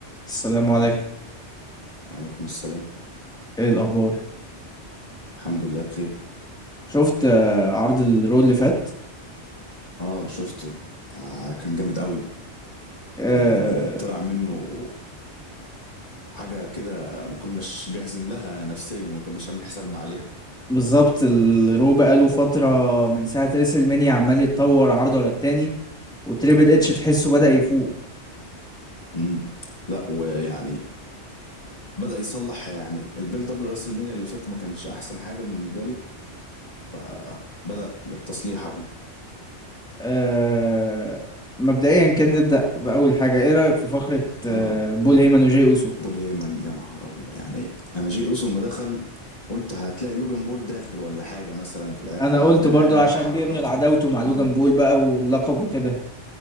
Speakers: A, in the centre; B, on the left (about 35°).
A: السلام عليكم
B: وعليكم السلام
A: ايه الاخبار
B: الحمد لله بخير
A: شفت آه، عرض الرو اللي فات
B: اه شفته آه كان جامد قوي
A: آه
B: يعني طلع منه حاجة كده ما كناش جاهزين لها نفسيا ما كناش عاملين حسابنا عليها
A: بالظبط الرو بقاله
B: اه
A: فتره من ساعه ريسل مانيا عمال يتطور عرض ورا التاني وتريبل
B: اه
A: اتش تحسه بدأ يفوق
B: امم لا ويعني بدأ يصلح يعني البيلد اب لراس المينيا اللي فات ما كانش احسن حاجة بالنسبة لي فبدأ بالتصليح اهو
A: آه مبدئيا كان نبدأ بأول حاجه ايه رأيك في فقره آه
B: اه
A: بول هيمن وجاي اوسو
B: بول هيمن يا نهار ابيض يعني انا جي اوسو ما دخل قلت هتلاقي لوجان بول داخل ولا حاجة مثلا في الاخر
A: انا قلت
B: وحركات
A: برضو عشان بيبنوا العداوته مع لوجان
B: اه
A: بول بقى واللقب وكده